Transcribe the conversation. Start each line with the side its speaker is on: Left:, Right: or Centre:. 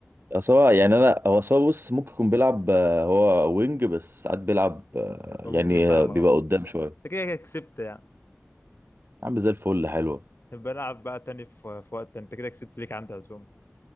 Right: أصل هو يعني انا هو أصل هو بص ممكن يكون بيلعب آه، هو وينج بس ساعات بيلعب آه،
Left: يبقى
Right: يعني
Left: ممكن يبقى
Right: آه،
Left: انا الغلط
Right: بيبقى قدام شويه
Left: انت كده كده كسبت يعني
Right: يا عم زي الفل حلوة
Left: طب بلعب بقى تاني في في وقت انت كده كسبت ليك عندي عزوم